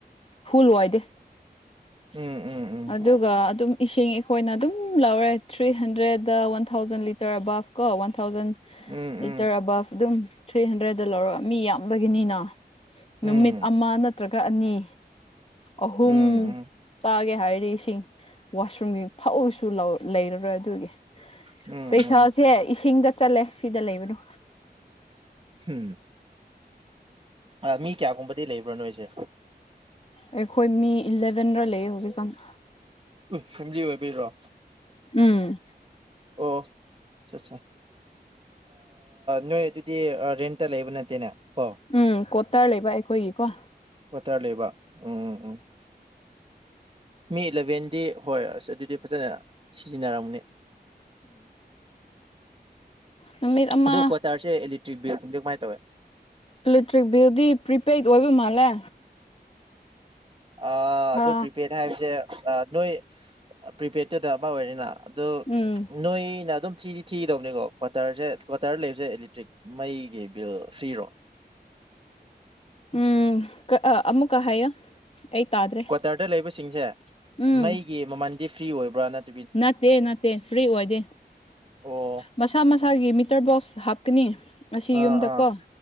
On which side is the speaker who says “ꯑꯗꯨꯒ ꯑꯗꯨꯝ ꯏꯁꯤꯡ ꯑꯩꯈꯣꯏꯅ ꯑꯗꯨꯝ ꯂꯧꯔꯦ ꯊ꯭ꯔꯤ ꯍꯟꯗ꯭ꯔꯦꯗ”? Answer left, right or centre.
Left